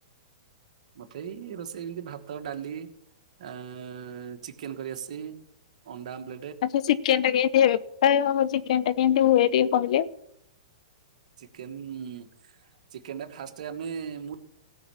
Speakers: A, on the right (about 60°); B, on the left (about 60°).
A: ମତେ ଏଇ ରୋଷେଇ ଏମିତି ଭାତ ଡାଲି ଆ- ଚିକେନ କରିଆସିସି ଅଣ୍ଡା ଆମ୍ଲେ
B: ଆଛା ଚିକେନ୍ ଟା କେମିତି ହୁଏ? ପା-ଚିକେନ ଟା କେମିତି ହୁଏ ଟିକେ କହିଲେ?
A: ଚିକେନ-ଚିକେନ ଫାଷ୍ଟ ଆମେ ମୁ